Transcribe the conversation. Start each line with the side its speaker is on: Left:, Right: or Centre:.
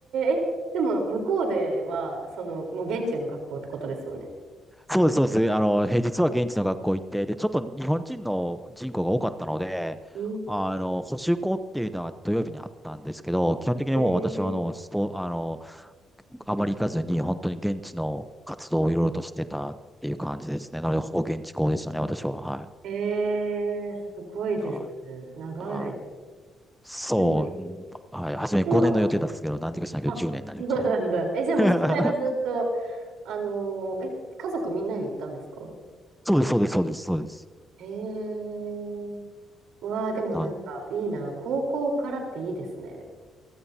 Right: ーえ、でも向こうでは、その、もう現地の学校ってことですよね。
Centre: そうです、そうです。あの、平日は現地の学校行って、で、ちょっと日本人の人口が多かったので、
Right: うん
Centre: あの、補習校っていうのは土曜日にあったんですけど、基本的にもう私はあの、
Right: え
Centre: スポ、あの、あまり行かずに本当に現地の活動をいろいろとしてたっていう感じですね。なので、ほぼ現地校でしたね、私は。はい。
Right: ー、えー、すごいですね。
Centre: は
Right: 長い。
Centre: い。はいそう。
Right: でも、
Centre: はい。初め5年の予定だったんですけど、
Right: 今は、
Centre: 何時かしないけど10年になりましたね。
Right: あ、そうなんだ。え、じゃあもうその間ずっと、
Centre: <laughs>
Right: あのーえ、家族みんなで行ったんですか
Centre: そうです、そうです、そうです、そうです。
Right: へえ。うわあ、でもなんかいいな。
Centre: なん
Right: 高校からっていいですね。